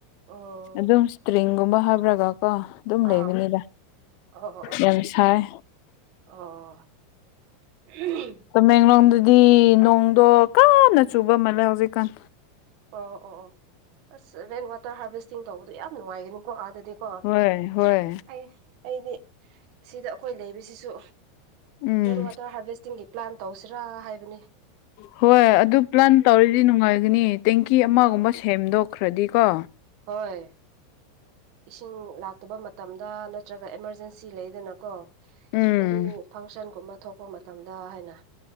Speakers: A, on the right (about 60°); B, on the left (about 55°).
A: ꯑꯣ
B: ꯑꯗꯨꯝ ꯏꯁꯇ꯭ꯔꯤꯡꯒꯨꯝꯕ ꯍꯥꯞꯔꯒ ꯀꯣ ꯑꯗꯨꯝ ꯂꯩꯕꯅꯤꯗ
A: ꯑꯥ ꯑꯣ ꯑꯣ
B: ꯌꯥꯝ ꯁꯥꯏ
A: ꯑꯣ <unintelligible>
B: ꯇꯥꯃꯦꯡꯂꯣꯡꯗꯗꯤ ꯅꯣꯡꯗꯣ ꯀꯟꯅ
A: ꯎꯝ
B: ꯆꯨꯕ ꯃꯥꯜꯂꯦ ꯍꯧꯖꯤꯛꯀꯥꯟ
A: ꯑꯣ ꯑꯣ ꯑꯣ ꯑꯁ ꯔꯦꯟ ꯋꯥꯇꯔ ꯍꯥꯚꯦꯁꯇꯤꯡ ꯇꯧꯕꯗꯣ ꯌꯥꯝ ꯅꯨꯡꯉꯥꯏꯒꯅꯤꯀꯣ ꯑꯥꯗꯗꯤ ꯀꯣ
B: ꯍꯣꯏ ꯍꯣꯏ
A: ꯑꯩ ꯑꯩꯗꯤ ꯁꯤꯗ ꯑꯩꯈꯣꯏ ꯂꯩꯕꯁꯤꯁꯨ
B: ꯎꯝ
A: ꯔꯦꯟ ꯋꯥꯇꯔ ꯍꯥꯔꯚꯦꯁꯇꯤꯡꯒꯤ ꯄ꯭ꯂꯥꯟ ꯇꯧꯁꯤꯔꯥ ꯍꯥꯏꯕꯅꯦ
B: ꯍꯣꯏ ꯑꯗꯨ ꯄ꯭ꯂꯥꯟ ꯇꯧꯔꯗꯤ ꯅꯨꯡꯉꯥꯏꯒꯅꯤ ꯇꯦꯡꯀꯤ ꯑꯃꯒꯨꯝꯕ
A: ꯎꯝ
B: ꯁꯦꯝꯗꯣꯛꯈ꯭ꯔꯗꯤꯀꯣ
A: ꯍꯣꯏ ꯏꯁꯤꯡ ꯂꯥꯛꯇꯕ ꯃꯇꯝꯗ ꯅꯠꯇ꯭ꯔꯒ ꯑꯦꯃꯥꯔꯖꯦꯟꯁꯤ ꯂꯩꯗꯅꯀꯣ
B: ꯎꯝ
A: ꯑꯦꯅꯤ ꯐꯪꯁꯟꯒꯨꯝꯕ ꯊꯣꯛꯄ ꯃꯇꯝꯗ ꯍꯥꯏꯅ